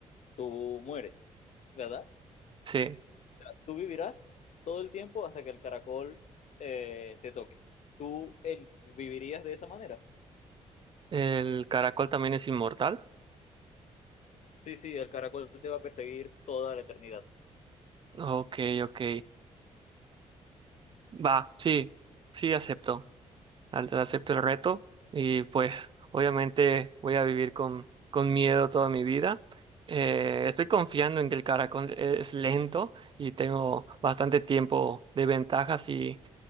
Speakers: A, on the left; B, on the right.
A: tú mueres, ¿verdad?
B: sí.
A: sea, tú vivirás todo el tiempo hasta que el caracol eh, te toque. ¿Tú el, vivirías de esa manera?
B: ¿El caracol también es inmortal?
A: Sí, sí, el caracol te va a perseguir toda la eternidad.
B: Ok, ok. Va, sí, sí acepto. Antes acepto el reto y pues obviamente voy a vivir con, con miedo toda mi vida. Eh, estoy confiando en que el caracol e, es lento y tengo bastante tiempo de ventaja si,